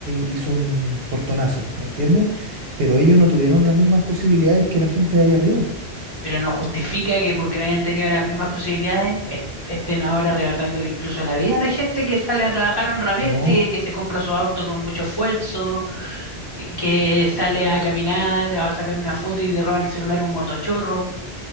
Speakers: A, on the right; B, on the left.
A: hizo un portonazo, ¿me entiendes? Pero ellos no tuvieron las mismas posibilidades que la gente de ahí arriba.
B: pero no justifica que porque no hayan tenido las mismas posibilidades est- estén ahora arrebatándole incluso la vida a la gente que sale a trabajar honramente,
A: No.
B: que se compra su auto con mucho esfuerzo, y que sale a caminar, a sacar una foto y le roban el celular a un motochorro.